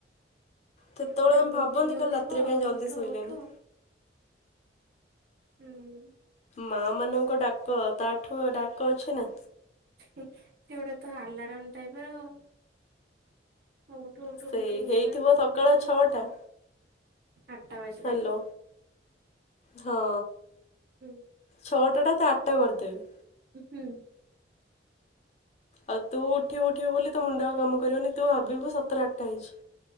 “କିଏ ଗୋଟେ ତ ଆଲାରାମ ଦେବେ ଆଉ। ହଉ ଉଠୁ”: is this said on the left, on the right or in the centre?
Right